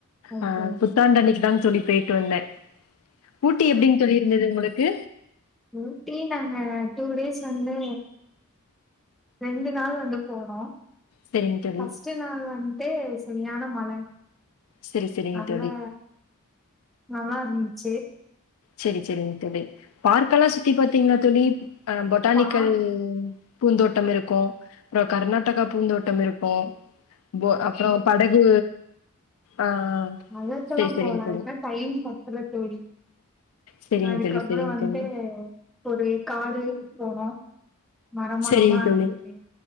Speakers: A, in the centre; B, on the left.
A: ஓகே
B: ஆ
A: ஓகே
B: புத்தாண்டு அன்னிக்கு தா தோழி போயிட்டு வந்தே ஊட்டி எப்டிங் தோழி இருந்தது உங்களுக்கு
A: ஊட்டி நாங்க டூ டேஸ் வந்து ரெண்டு நாள் வந்து போனோ
B: செரிங் தோழி
A: ஃபஸ்ட்டு நாள் வந்து சரியான மழ
B: செரி செரிங்
A: அதா
B: தோழி
A: நல்லா இருந்துச்சு
B: சேரி சேரிங் தோழி பார்க்ல்லா சுத்தி பாத்தீங்களா தோழி ஆ பொட்டானிக்கல்
A: பா
B: பூந்தோட்டம் இருக்கும் அப்பற கர்நாட்டகா பூந்தோட்டம் இருக்கும் போ அப்புற படகு ஆ
A: அதழத்தெல்லா
B: செரி செரிங்
A: போலா
B: தோழி
A: அதுக்க டைம் பத்தல தோழி
B: செரிங்
A: அதுக்கப்புற
B: தோழி செரிங்
A: வந்து
B: தோழி
A: ஒரு காடு போனோ மர மரமா
B: செரிங்
A: இருஞ்ச்சு
B: தோழி